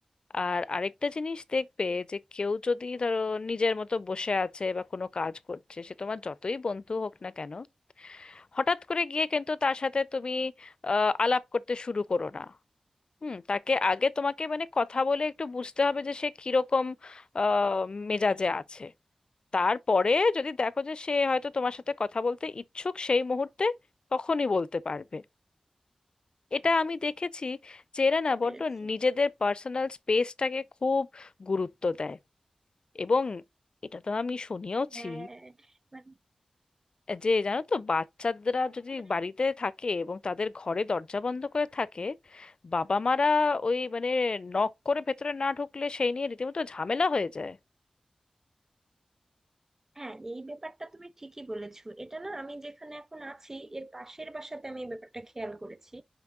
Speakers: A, on the left (about 45°); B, on the right (about 20°).
A: আর আরেকটা জিনিস দেখবে যে কেউ যদি ধরো নিজের মতো বসে আছে বা কোনো কাজ করছে সে তোমার যতই বন্ধু হোক না কেন হঠাৎ করে গিয়ে কিন্তু তার সাথে তুমি আহ, আলাপ করতে শুরু করো না হুম তাকে আগে তোমাকে মানে কথা বলে একটু বুঝতে হবে যে সে কিরকম আহ, মেজাজে আছে তারপরে যদি দেখো যে সে হয়তো তোমার সাথে কথা বলতে ইচ্ছুক সেই মুহূর্তে তখনই বলতে পারবে এটা আমি দেখেছি যে
B: বুঝতে
A: এরা না বড্ড
B: পেরেছি
A: নিজেদের পার্সোনাল স্পেসটাকে খুব গুরুত্ব দেয় এবং এটা তো আমি শুনিয়েওছি
B: হ্যাঁ মানে
A: যে জানো তো বাচ্চারা যদি
B: মানে
A: বাড়িতে থাকে এবং তাদের ঘরে দরজা বন্ধ করে থাকে বাবা মারা ওই মানে নক করে ভেতরে না ঢুকলে সেই নিয়ে রীতিমতো ঝামেলা হয়ে যায়
B: হ্যাঁ এই ব্যাপারটা তুমি ঠিকই বলেছো এটা না আমি যেখানে এখন আছি এর পাশের বাসাতে আমি এই ব্যাপারটা খেয়াল করেছি